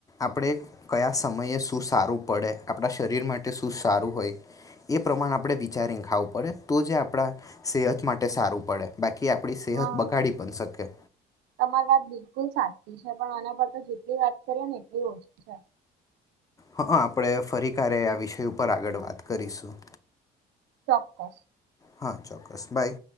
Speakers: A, on the left; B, on the right.
A: આપણે કયા સમયે શું સારું પડે આપણા શરીર માટે શું સારું હોય એ પ્રમાણે આપણે વિચારીને ખાવું પડે તો જે આપણા સેહત માટે સારું પડે બાકી આપણી સેહત
B: હા
A: બગાડી પણ શકે
B: તમારી વાત બિલકુલ સાચ પણ આના પર તો જેટલી વાત કરીએ ને એટલી ઓછી છે
A: હા આપણે ફરી ક્યારે આ વિષય ઉપર આગળ વાત કરીશું
B: ઓ
A: હા ચોક્કસ બાય